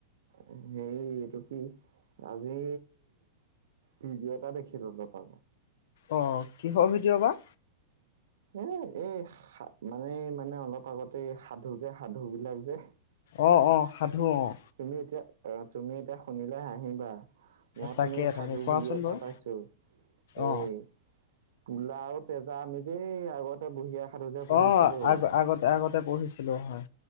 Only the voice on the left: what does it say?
অঁ, কিহৰ ভিদিও বা।
অঁ অঁ সাধু অঁ।
তাকে
তাকে কোৱাচোন
বাৰু
অ
অ আগ আগতে আগতে পঢ়িছিলোঁ হয়।